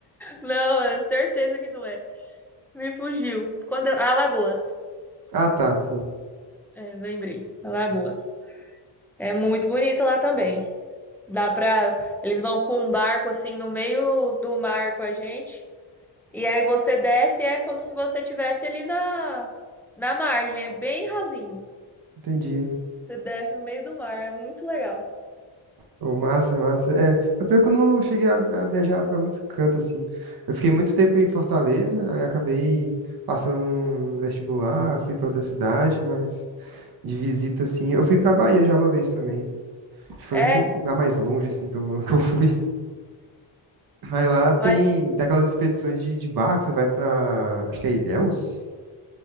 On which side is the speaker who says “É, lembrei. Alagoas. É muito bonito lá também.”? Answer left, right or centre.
Centre